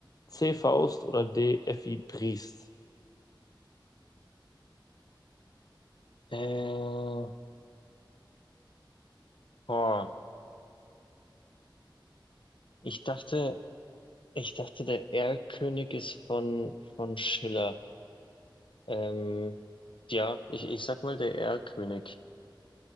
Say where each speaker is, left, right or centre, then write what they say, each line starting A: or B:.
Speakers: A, on the left (about 45°); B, on the left (about 80°).
A: C. Faust oder D. F.I. Briest?
B: Äh, boah, ich dachte, ich dachte, der Erlkönig ist von, von Schiller. Ähm, ja, ich, ich sag mal, der Erlkönig.